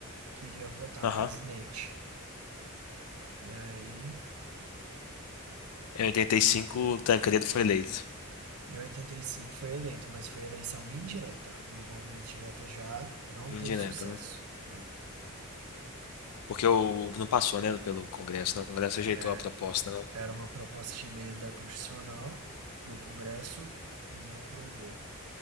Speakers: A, on the right (about 70°); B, on the left (about 85°).
A: que iria votar
B: aham.
A: no presidente. E aí,
B: Em 85, o Tancredo foi eleito,
A: em 85 foi eleito, mas foi eleição indireta. O movimento direta já não
B: indireto,
A: teve sucesso.
B: né?
A: né.
B: Porque o, não passou, né, pelo Congresso, né? O Congresso rejeitou
A: É,
B: a proposta, né?
A: era uma proposta de emenda constitucional e o Congresso eh, não aprovou.